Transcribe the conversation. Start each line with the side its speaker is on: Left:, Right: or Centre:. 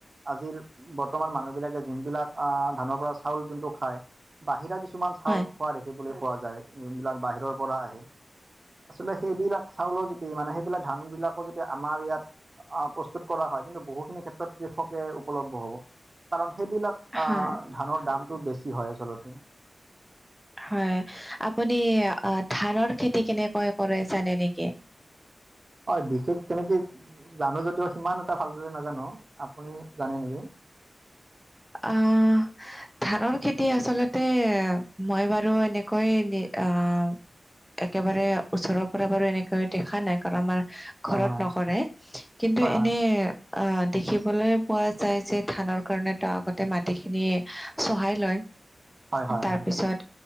Right: আজিৰ বৰ্তমান মানুহ বিলাকে যোনবিলাক ধানৰ পৰা চাউল যোনটো খায় বাহিৰা কিছুমান চাউল
Centre: হয়
Right: পোৱা দেখিবলৈ পোৱা যায় যোনবিলাক বাহিৰৰ পৰা আহে আচলতে সেইবিলাক চাউলৰ যদি মানে সেইবিলাক ধান বিলাকো যদি আমাৰ ইয়াত আহ প্ৰস্তুত কৰা হয় কিন্তু বহুখিনি ক্ষেত্ৰত কৃষকে উপলব্ধ হ'ব কাৰণ সেইবিলাক আ
Centre: হয়
Right: ধানৰ দামটো বেছি হয় আচলতে
Centre: হয় আপুনি ধানৰ খেতি কেনেকৈ কৰে জানে নেকি?
Right: হয় বিশেষ তেনেকে জানো যদিও সিমান এটা ভালদৰে নাজানো আপুনি জানে নেকি?
Centre: আ ধানৰ খেতি আচলতে মই বাৰু এনেকৈ আহ একেবাৰে ওচৰৰ পৰা বাৰু এনেকৈ দেখা নাই কাৰণ আমাৰ ঘৰত
Right: হয় হয়
Centre: নকৰে কিন্তু
Right: হয় হয়
Centre: এনে অ দেখিবলৈ পোৱা যায় যে ধানৰ কাৰণে ত আগতে মাটিখিনি চহাই লয়
Right: হয় হয়
Centre: তাৰপিছত
Right: হয়